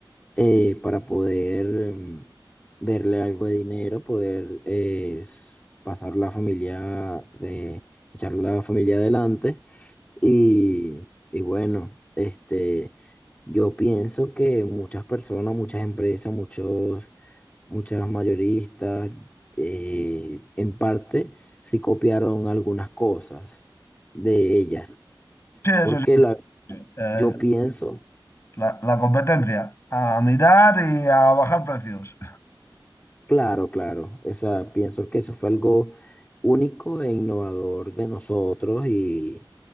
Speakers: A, on the left; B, on the left.
A: eh, para poder mm, verle algo de dinero, poder eh, s- pasar la familia, eh, echar la familia adelante. Y, y bueno, este, yo pienso que muchas personas, muchas empresas, muchos, muchas mayoristas, eh, en parte, sí copiaron algunas cosas de ella.
B: Sí, eso
A: Porque
B: sí.
A: la,
B: Eh,
A: yo pienso
B: la, la competencia, a mirar y a bajar precios.
A: Claro, claro. O sea, pienso que eso fue algo único e innovador de nosotros y,